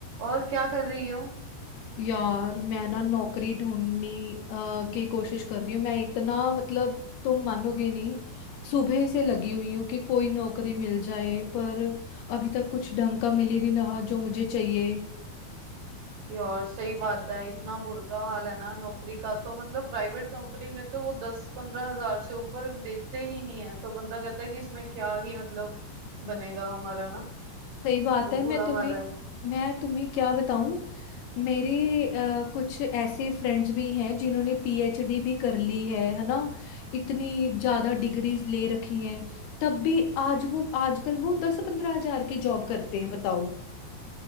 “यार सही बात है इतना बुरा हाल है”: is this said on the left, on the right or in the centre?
Right